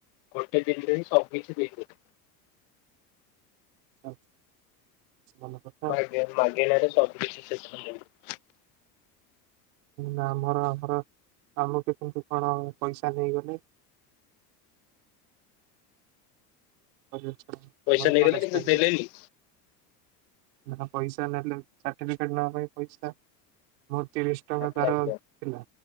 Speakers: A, on the left (about 65°); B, on the right (about 75°).
A: ଗୋଟେ ଦିନରେ ହିଁ ସବୁ କିିଛି ଦେଇ
B: ଆଚ୍ଛା ଭଲ କଥା
A: ଆଜ୍ଞା ମାଗେଣାରେ ସବୁ କିଛି <unintelligible>
B: ନା ଆମର ଆମର ଆମକୁ କିନ୍ତୁ କଣ ପଇସା ନେଇଗଲେ। କଲେଜ
A: ପଇସା
B: ଆମରି
A: ନେଇଗଲେ
B: କଲେଜ
A: କିନ୍ତୁ
B: ଟା
A: ଦେଲେନି?
B: ନା ପଇସା ନେଲେ ସାର୍ଟିଫିକେଟ ନବା ପାଇଁ ପଇସା ମୁଁ ତିରିଶ ଟଙ୍କା
A: ଆଜ୍ଞା
B: ତାର
A: ଆଜ୍ଞା
B: ଥିଲା,